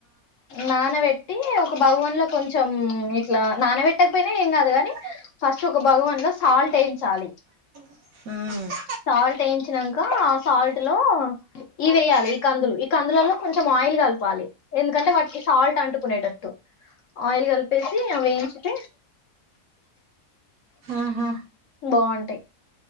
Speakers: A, on the left (about 60°); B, on the right (about 65°).
A: నానబెట్టి ఒక భగవన్లో కొంచెం ఇట్లా నానబెట్టకపోయినా ఏం కాదు కాని
B: ఆ
A: ఫస్ట్ ఒక భగవాన్ లో సాల్ట్ వేయించాలి
B: హమ్
A: సాల్ట్ వేయించినాక ఆ సాల్ట్ లో ఇ వేయాలి ఈ కందులు ఈ కందులలో కొంచెం ఆయిల్ కలపాలి ఎందుకంటే వాటికి సాల్ట్ అంటుకునేటట్టు ఆయిల్ కలిపితే పేసి ఏ వేయించట
B: ఆహా
A: బాగుంటాయి